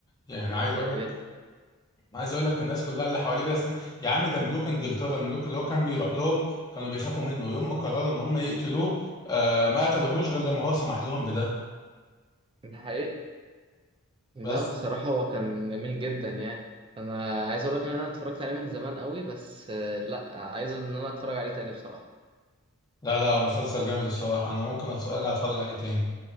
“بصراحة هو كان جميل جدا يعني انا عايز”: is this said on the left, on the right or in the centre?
Right